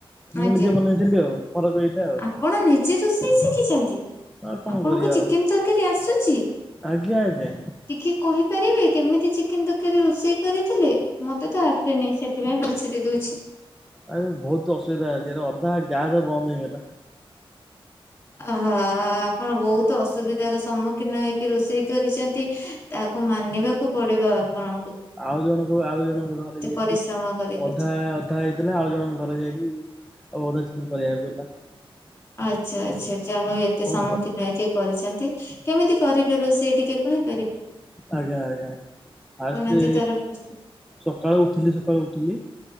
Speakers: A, in the centre; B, on the left (about 25°).
A: ମୁଁ
B: ଆଜ୍ଞା
A: ନିଜେ ବନେଇଥିଲି ଆଉ। ଫରକ ଏଇଟା ଆଉ
B: ଆପଣ ନିଜେ ରୋଷେଇ ଶିଖିଛନ୍ତି?
A: ଆଉ କଣ
B: ଆପଣଙ୍କୁ
A: କରିବା
B: ଚିକେନ
A: ଆଉ
B: ତରକାରୀ ଆସୁଛି?
A: ଆଜ୍ଞା ଆଜ୍ଞା
B: ଟିକେ କହିପାରିବେ? କେମିତି ଚିକେନ ତରକାରି ରୋଷେଇ କରିଥିଲେ? ମତେ ତ ଆସେନି ସେଥିପାଇଁ ପଛାରି ଦଉଛି।
A: ଆରେ ବହୁତ ଅସୁବିଧା ଆଜି ଅଧା ଗ୍ୟାସ ବନ୍ଦ ହେଇଗଲା।
B: ଓହଃ ଆପଣ ବହୁତ ଅସୁବିଧାର ସମ୍ମୁଖୀନ ହେଇକି ରୋଷେଇ କରିଛନ୍ତି, ତାହାକୁ ମାନିବାକୁ ପଡିବ ଆପଣ
A: ଆଉ ଜଣଙ୍କୁ ଆଉ ଜଣଙ୍କୁ ନହେଲେ ଯାଇକି
B: ପରିଶ୍ରମ କରି କରି
A: ଅଧା ଅଧା ହେଇଥିଲା ଆଉ ଜଣକ ଘରେ ଯାଇକି ଆଉ ଅଧା ଚିକେନ କରିବାକୁ। <unintelligible>
B: ଆଚ୍ଛା ଆଚ୍ଛା ଯାହା ହଉ ଏତେ
A: କଣ
B: ସମ୍ମୁଖୀନ
A: କର
B: ହେଇକି କରିଛନ୍ତି। କେମିତି କରିଲେ ରୋଷେଇ ଟିକେ କହିବେ।
A: ଆଜ୍ଞା ଆଜ୍ଞା। ଫାଷ୍ଟ
B: କହୁନାହାନ୍ତି ତାର ପ୍ରୋସେ
A: ସକାଳୁ ଉଠିଲି ସକାଳୁ ଉଠିଲି।